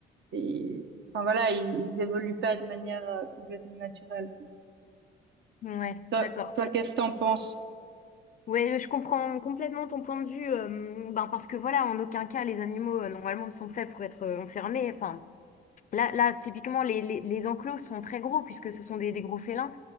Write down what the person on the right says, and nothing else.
et, enfin, voilà, ils, ils évoluent pas de manière euh, complètement naturelle.
Toi,
toi, qu'est-ce que t'en penses?